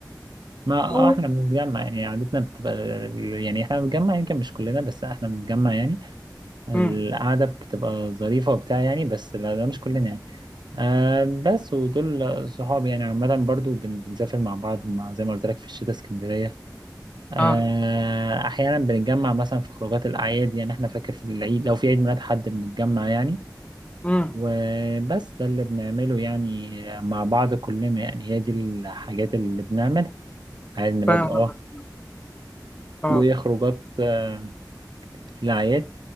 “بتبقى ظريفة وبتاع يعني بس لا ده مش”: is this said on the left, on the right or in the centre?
Right